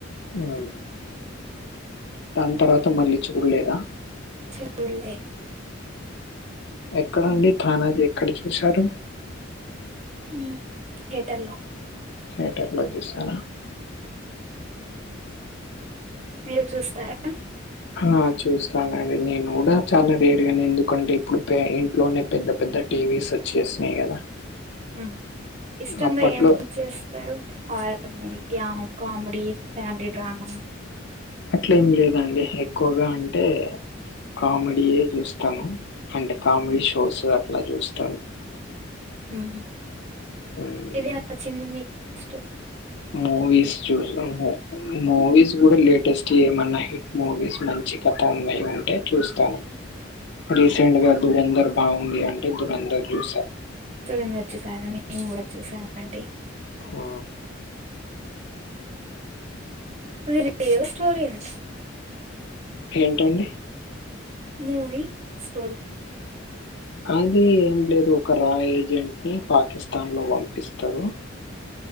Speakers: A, on the left; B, on the right.
A: అఓ దాని తర్వాత మళ్ళీ చూడలేదా?
B: చూళ్లే
A: ఎక్కడ అండి తానాజీ, ఎక్కడ చూశారు?
B: ఉమ్ థియేటర్ లో
A: దియేటర్ లో చూసారా
B: మీరు చూస్తారా?
A: ఆ చూస్తానండి నేను కూడా చాలా రేరుగాను ఎందుకంటే ఇప్పుడు పె ఇంట్లోనే పెద్ద పెద్ద టీవీస్ వచ్చేసినాయి కదా
B: ఉమ్ ఇష్టంగా
A: అప్పట్లో
B: ఏం చేస్తారు హారర్ మూవీ యమం కామెడి ఫ్యామిలీ డ్రామాస్
A: అట్లేం లేదండి ఎక్కువగా అంటే కామెడీయే చూస్తాను అంటే కామెడీ షోస్ అట్లా చూస్తాను.
B: ఉమ్
A: ఉమ్,
B: ఇది అంత చిందింది స్టు
A: మూవిస్ చూస్తాము మూవీస్ కూడా లేటెస్ట్ ఏమన్నా హిట్ మూవీస్ మంచి కథ ఉన్నాయి. ఏ చూస్తాను రీసెంట్ గా దురంధర్ బావుంది అంటే దురంధర్ చూస
B: దురంధర్ చుసారా మేము కూడా చూసాం అండి.
A: ఆ,
B: అది రియల్ స్టోరి ఆటా
A: ఏంటండీ?
B: మూవీ స్టోరీ
A: అది ఏం లేదు ఒక రాయ్ ఏజెంట్ ని పాకిస్తాన్ లో పంపిస్తారు.